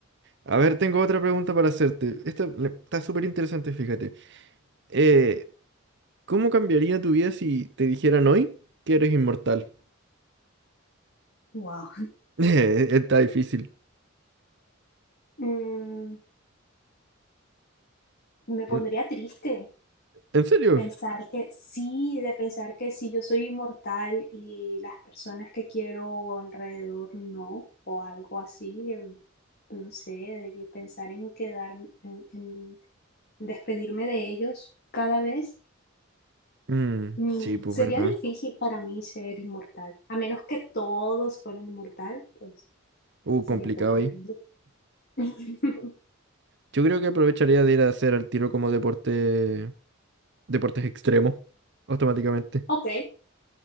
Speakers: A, on the right; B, on the left.
A: a ver, tengo otra pregunta para hacerte. Esta le- está súper interesante, fíjate. Eh, ¿cómo cambiaría tu vida si te dijeran hoy que eres inmortal?
B: Wow.
A: <laughs> Está difícil.
B: Mm, me pondría
A: ¿En
B: triste.
A: en serio?
B: Pensar que sí, de pensar que sí, yo soy inmortal y las personas que quiero alrededor no, o algo así, em, no sé, de que pensar en quedarme, en, en despedirme de ellos cada vez,
A: Mm,
B: mm,
A: sí, pues
B: sería
A: verdad.
B: difícil para mí ser inmortal, a menos que todos fueran inmortal, pues
A: Uh,
B: sería
A: complicado
B: cool. pero
A: ahí.
B: no. <laughs>
A: Yo creo que aprovecharía de ir a hacer al tiro como deporte, deportes extremos, automáticamente.
B: Ok,